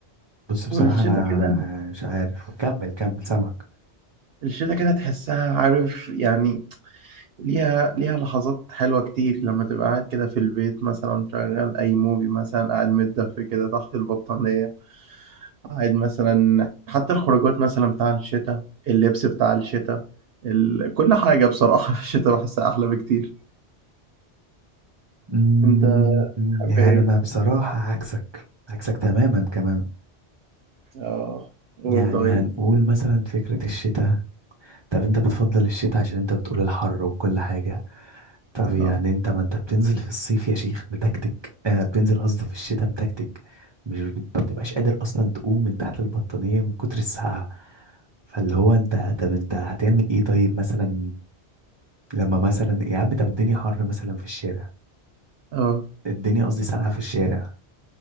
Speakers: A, on the right; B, on the right.
A: بص بصراحة
B: والشتاء
A: انا
B: كده
A: مش عارف كمل كمل سامعك
B: الشتاء كده تحسها عارف يعني ليها ليها لحظات حلوة كتير لما تبقى قاعد كده في البيت مثلا مشغل أي موفي مثلا قاعد متدفي كده تحت البطانية قاعد مثلا حتى الخروجات مثلا بتاع الشتاء اللبس بتاع الشتاء ال... كل حاجة بصراحة <laughs> في الشتاء بحسها أحلى بكتير
A: أمم،
B: أنت تحب
A: يعني
B: إيه؟
A: انا بصراحة عكسك عكسك تماما كمان
B: آه
A: يعني
B: قول طيب
A: هنقول مثلا فكرة الشتاء طب انت بتفضل الشتاء عشان انت بتقول الحر وكل حاجة طب
B: آه
A: يعني انت ما انت بتنزل في الصيف يا شيخ متكتك آه بتنزل قصدي في الشتاء متكتك مش بت- ما بتبقاش قادر اصلا تقوم من تحت البطانية من كتر السقعة فاللي هو انت طب انت هتعمل ايه طيب مثلا لما مثلا يا عم طب الدنيا حر مثلا في الشارع
B: آه
A: الدنيا قصدي ساقعة في الشارع